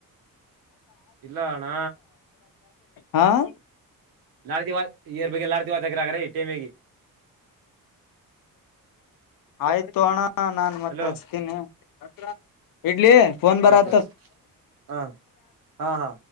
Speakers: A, on the right (about 75°); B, on the left (about 70°).
A: ಇಲ್ಲ ಅಣ್ಣ
B: ಹಾ. <inaudible>
A: ಲಾಡ್ತಿ ಇಯರ್ ಬಗ್ಗೆ ಲಾಡ್ತಿ ವಾತಾಗ್ರ ಆಗ್ರ ಈ ಟೈಮಿಗೆ
B: ಆಯ್ತು ಅಣ ಹಾ ನಾನ್ ಮತ್ತತ್
A: ಹಲೋ
B: ಹಚ್ತೀನಿ ಅತ್ರ ಇ ೋನ್ ಬರ
A: ಆಯ್ತಾಯ್ತು ಹಾ ಹಾ ಹಾ.